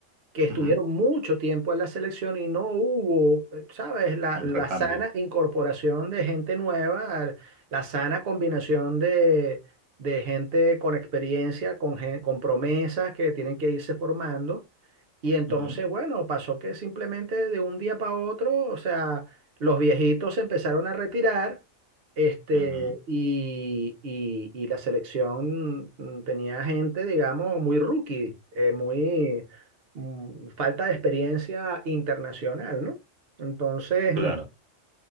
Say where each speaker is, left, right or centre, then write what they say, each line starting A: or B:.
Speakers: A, on the right; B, on the right.
A: que estuvieron
B: ujú,
A: mucho tiempo en la selección y no hubo, eh, ¿sabes? La,
B: Un
A: la
B: recambio.
A: sana incorporación de gente nueva, la sana combinación de, de gente con experiencia, con, gen- con promesas que tienen que irse formando. Y entonces,
B: Ujú,
A: bueno, pasó que simplemente de un día para otro, o sea, los viejitos se empezaron a retirar, este,
B: ujú,
A: y, y- y la selección mm, tenía gente, digamos, muy rookie, eh, muy mm, falta de experiencia internacional, ¿no? Entonces, mm,
B: Claro,